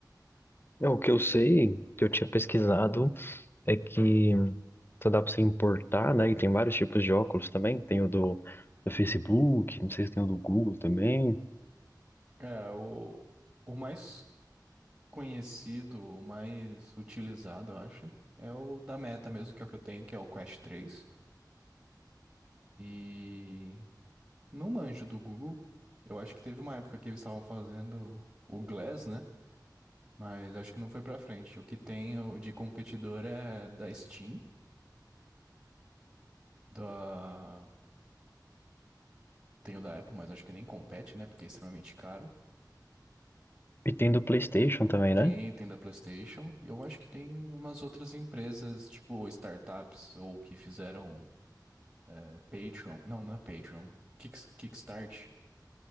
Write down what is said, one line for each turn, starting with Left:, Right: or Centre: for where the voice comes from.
Left: É, o que eu sei, que eu tinha pesquisado, é que só dá pra você importar, né? E tem vários tipos de óculos também. Tem o do, do Facebook, não sei se tem o do Google também.
Right: É, o o mais conhecido, o mais utilizado, eu acho, é o da Meta mesmo, que é o que eu tenho, que é o Quest três E Não manjo do Google. Eu acho que teve uma época que eles estavam fazendo o Glass, né? Mas acho que não foi pra frente. O que tem o- de competidor é da Steam, da... tem o da Apple, mas acho que nem compete, né? Porque é extremamente caro.
Left: E tem do PlayStation também,
Right: Tem,
Left: né?
Right: tem da PlayStation. E eu acho que tem umas outras empresas, tipo startups, ou que fizeram é, Patreon. Não, não é Patreon. Kicks- Kickstart.